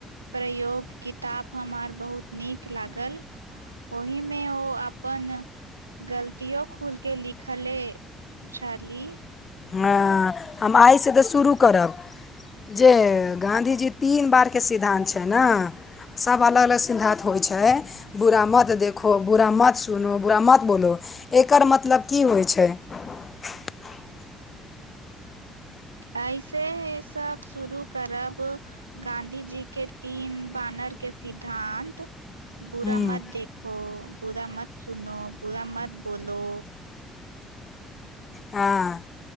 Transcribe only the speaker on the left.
हाँ हम आइसँ तऽ शुरू करब जे गाँधीजी तीन बार के सिद्धांन छै ने सब अलग अलग सिद्धानत होइ छै बुरा मत देखो बुरा मत सुनो बुरा मत बोलो एकर मतलब की होइ छै <inaudible> <inaudible>
हम्म
हँ